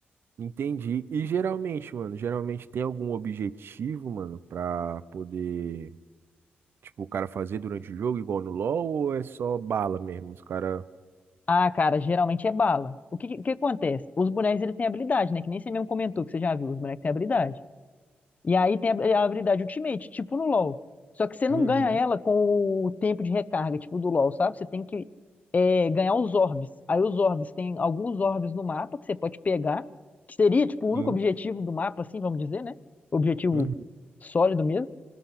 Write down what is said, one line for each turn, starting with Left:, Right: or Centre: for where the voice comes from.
Right: Entendi. E geralmente, mano, geralmente tem algum objetivo, mano, pra poder, tipo, o cara fazer durante o jogo, igual no LoL, ou é só bala mesmo? Os cara.
Left: Ah, cara, geralmente é bala. O que, que que acontece? Os bonecos eles têm habilidade, né? Que nem você mesmo comentou que você já viu, os bonecos têm habilidade. E aí tem a, a habilidade Ultimate, tipo no LoL. Só que você não
Right: Uhum,
Left: ganha ela com o tempo de recarga, tipo do LoL, sabe? Você tem que é, ganhar os orbes. Aí os orbes, tem alguns orbes no mapa que você pode pegar, que seria, tipo, o único
Right: sim,
Left: objetivo do mapa, assim, vamos dizer, né? Objetivo
Right: uhum,
Left: sólido mesmo.